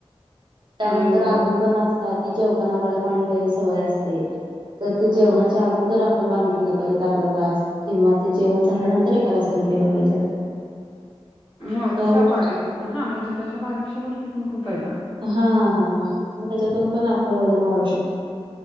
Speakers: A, on the right; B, on the left.
A: त्यानंतर
B: नाही हो.
A: अजून पण असतात की जेवताना आपल्याला पाणी प्यायची सवय असते तर ते
B: हो.
A: जेवणाच्या अगोदर आपण पिलं पाहिजे अर्धा तास किंवा ते जेवण झाल्यान तर एका तासानी पिल पाहिजे.
B: ह
A: ह्या
B: तशा
A: गोष्टी
B: बारीक हा म्हणजे तशा बारीकशा गोष्टी पण खूप आहेता.
A: हा हा मग त्याच्यातून पण आपलं वजन वाढू शकत.